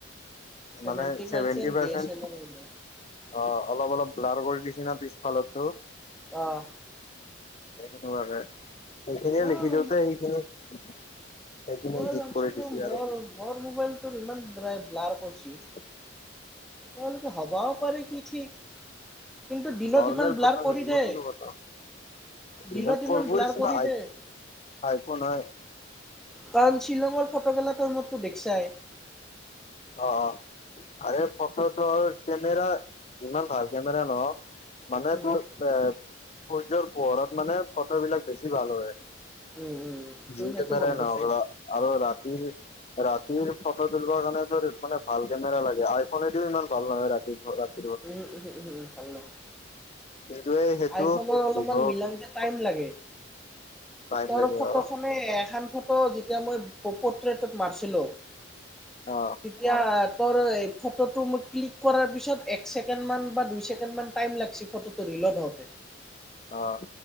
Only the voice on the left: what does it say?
মানে চেভেন্টি
পাৰ্চেন্ট
অ', অলপ অলপ ব্লাৰ কৰি দিছি না পিছফালৰতো।
তে সেনেকুৱাকে, সেইখিনিয়ে
লিখি দিওঁতে সেইখিনি সেইখিনি
গীত
কৰি
দিছি
আৰু
<unintelligible>
উম
নৰ্মেল
ফটো,
যিকোনো
ফটো।
ইমান কৰবৈ
দিছে
ন আই
আইফোন হয়।
অঁ অঁ আৰু এই ফটো তোৰ কেমেৰা যিমান ভাল কেমেৰা নহক মানে
তোৰ এ সূৰ্যৰ পোহৰত মানে ফটো বিলাক বেছি ভাল হয়।
যি
কেমেৰাই
নহওঁক ৰ। আৰু ৰাতিৰ, ৰাতিৰ ফটো তুলিব কাৰণে ফে ভাল কেমেৰা লাগে আইফোনেদিও ইমান ভাল নহয় ৰাতি ফ ৰা <inaudible>
কিন্তু এই সেইটো
ভিভ
পাইপ
লাগে
অ
অ
অহ